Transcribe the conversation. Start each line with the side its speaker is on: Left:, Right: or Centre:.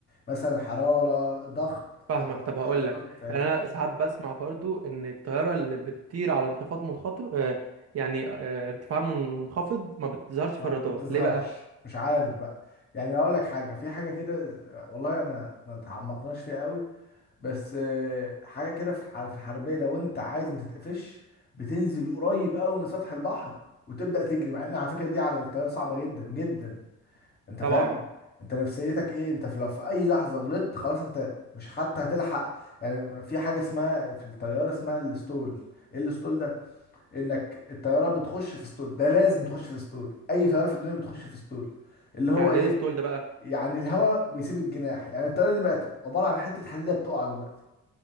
Left: مثلا حراره ضغط
Right: فاهمك
Left: آه،
Right: طب هقول
Left: اشارات
Right: لك
Left: فاهمني
Right: يعني انا ساعات بسمع برضو ان الطياره اللي بتطير على انخفاض منخفض آه، يعني آه، ارتفاع من- منخفض ما بتظهرش
Left: ما
Right: في الرادار
Left: ما بتظهرش
Right: ليه بقى
Left: مش عارف بقى يعني اقول لك حاجه في حاجه كده والله انا ما تعمقناش فيها قوي بس آه، حاجه كده في الح- في الحربيه لو انت عايز ما تتقفش بتنزل قريب قوي من سطح البحر وتبدا تجري مع ان على فكره دي على الطياره صعبه جدا جدا انت
Right: طبعا
Left: فاهم انت نفسيتك ايه انت في لو في اي لحظه غلطت خلاص انت مش حتى هتلحق يعني في حاجه اسمها في الطياره اسمها الستول ايه الستول ده انك الطياره بتخش في ستول ده لازم تخش في ستول اي طياره في الدنيا بتخش في ستول اللي هو
Right: يعني
Left: ايه
Right: ايه الستول ده بقى
Left: يعني الهواء بيسيب الجناح يعني الطياره دي بقت عباره عن حته حديده بتقع دلوقتي